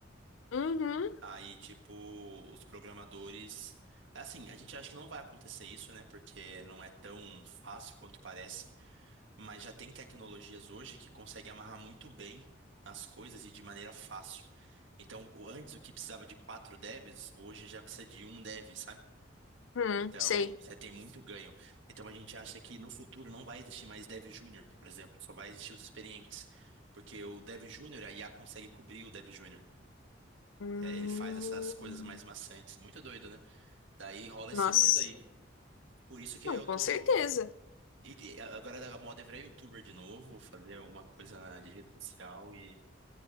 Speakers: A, on the left; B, on the right.
A: Uhum,
B: Aí, tipo, os programadores. Assim, a gente acha que não vai acontecer isso, né? Porque não é tão fácil quanto parece. Mas já tem tecnologias hoje que conseguem amarrar muito bem as coisas e de maneira fácil. Então, o- antes o que precisava de quatro devs, hoje já precisa de um dev, sabe?
A: uhum,
B: Então,
A: sei.
B: você tem muito ganho. Então, a gente acha que no futuro não vai existir mais dev júnior, por exemplo. Só vai existir os experientes. Porque o dev júnior, a IA consegue cobrir o dev júnior.
A: Hum,
B: É, ele faz essas coisas mais maçantes. Muito doido, né? Daí rola
A: nossa,
B: esse medo aí. Por isso que
A: não,
B: eu
A: com
B: tô.
A: certeza.
B: e- e agora a moda é virar youtuber de novo, fazer alguma coisa na de rede social e